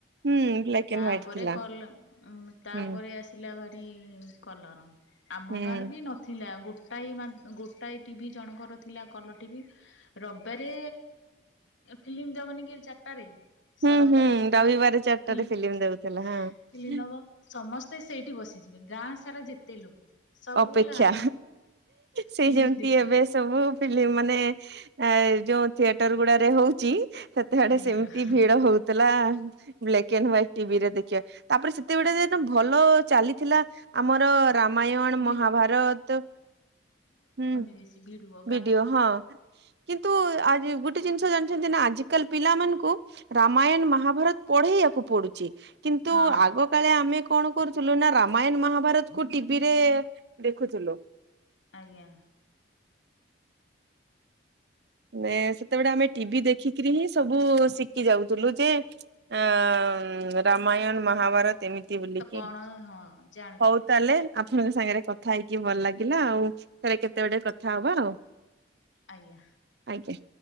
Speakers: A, on the right; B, on the left.
A: ହୁଁ ବ୍ଲାକ୍
B: ତା
A: ଆଣ୍ଡ ହ୍ୱାଇଟ
B: ପରେ
A: ଥିଲା
B: କଲ ତାପରେ
A: ହୁଁ
B: ଆସି ଆସିଲା ଭାରି କଲର ଆମ
A: ହୁଁ
B: ଗାଁ ରେ ବି ନ ଥିଲା ଗୋଟାଏ ମା ଗୋଟାଏ ଟିଭି ଜଣଙ୍କର ଥିଲା କଲର ଟିଭି ରବିବାରେ ଫିଲ୍ମ ଦବନି କି ଚାରିଟାରେ। ସ
A: ହୁଁ
B: ରବିବାର
A: ହୁଁ
B: ଛୁଟିବାର
A: ରବିବାର ଚାରିଟାରେ
B: ଫିଲ୍ମଫିଲ୍ମ
A: ଫିଲ୍ମ ଦଉଥିଲା ହଁ
B: ଦବ। ସମସ୍ତେ ସେଇଠି ବସିଯିବେ ଗାଁ ସାରା ଯେତେ ଲୋକ। ସବୁ
A: ଅପେକ୍ଷା
B: ଲାଇନ
A: ସେ
B: ଫିଲ୍ମ
A: ଯେମିତି
B: ଦେଖିବେ
A: ଏବେ ସବୁ ଫିଲ୍ମ ମାନେ ଏ ଯୋଉ ଥିଏଟର ଗୁଡାରେ ହଉଛି। ସେତେବେଲେ
B: ଆଜ୍ଞା।
A: ସେମିତି ଭିଡ ହଉଥିଲା। ବ୍ଲେକ୍ ଆଣ୍ଡ ୱାଇଟ୍ ଟିଭିରେ ଦେଖିବା ତାପରେ ସେତେବେଲେ ଭଲ ଚାଲିଥିଲା ଆମର ରାମାୟଣ ମହାଭାରତ
B: ଭି
A: ହୁଁ।
B: ବିସି ବିଡୁଅ।
A: ବିଡିଓ ହଁ। କିନ୍ତୁଆ ଗୋଟେ ଜିନିଷ ଜାଣିଛନ୍ତି ନା ଆଜିିକାଲି ପିଲା ମାନଙ୍କୁ ରାମାୟଣ ମହାଭାରତ ପଢେଇଆକୁ ପଡୁଛି କିନ୍ତୁ
B: ହଁ
A: ଆଗ କାଳେ ଆମେ କଣ କରୁଥିଲୁ ନା ରାମାୟଣ ମହାଭାରତକୁୁ ଟିଭିରେ ଦେଖୁଥିଲୁ।
B: ଆଜ୍ଞା।
A: ମେ ସେତେବେଳେ ଆମେ ଟିଭି ଦେଖିକିରି ହିଁ ସବୁ ଶିକି ଯାଉଥିଲୁ ଯେ ଆ ରାମାୟଣ, ମହାଭାରତ। ସେମିତି ବୁଲିକି
B: ତ କଣ ହଁ ଜାଣୁଥିଲେ
A: ହଉ ତାହେଲେ। ଆପଣଙ୍କ ସାଙ୍ଗରେ କଥା ହେଇକି ଭଲ ଲାଗିଲା ଆଉ ଥରେ କେତେ ବେଳେ କଥା ହବା ଆଉ।
B: ଆଜ୍ଞା।
A: ଆଜ୍ଞା।